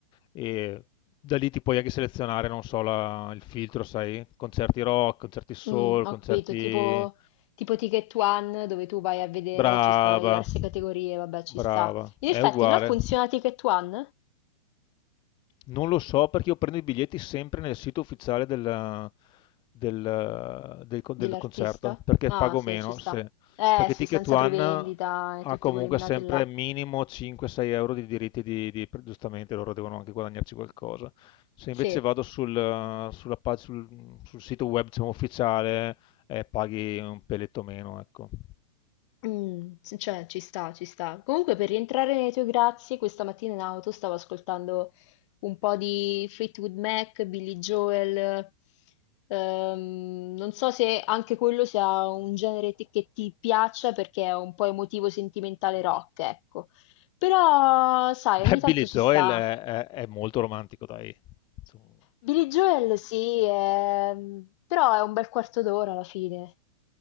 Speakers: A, on the left; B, on the left.
A: e da lì ti puoi anche selezionare, non so, la- il filtro, sai, concerti rock, concerti soul,
B: Mm, ho
A: concerti...
B: capito, tipo, tipo Ticket One, dove tu vai a vedere,
A: Brava,
B: ci stanno le diverse categorie, vabbè, ci
A: brava,
B: sta. In
A: è
B: effetti,
A: uguale.
B: là funziona Ticket One?
A: Non lo so perché io prendo i biglietti sempre nel sito ufficiale del, del- del con-
B: Dell'artista?
A: del concerto perché
B: Ah
A: pago
B: sì,
A: meno,
B: ci sta.
A: se-
B: Eh
A: perché
B: sì,
A: Ticket
B: senza
A: One
B: prevendita e tutte
A: ha comunque
B: quelle menate
A: sempre
B: là.
A: minimo 5-6 euro di diritti di, di- giustamente loro devono anche guadagnarci qualcosa. Se
B: Sì,
A: invece vado sul, sulla pag- sul- sul sito web diciamo, ufficiale eh, paghi un peletto meno, ecco. <laughs>
B: Mm, sì, cioè ci sta, ci sta. Comunque per rientrare nei tuoi grazie, questa mattina in auto stavo ascoltando un po' di Fleetwood Mac, Billy Joel. Ehm, non so se anche quello sia un genere ti- che ti piaccia perché è un po' emotivo, sentimentale rock, ecco. Però, sai,
A: Beh,
B: ogni tanto
A: Billy
B: ci
A: Joel
B: sta.
A: è, è- è molto romantico, dai. Insomma.
B: Billy Joel sì, ehm, però è un bel quarto d'ora alla fine.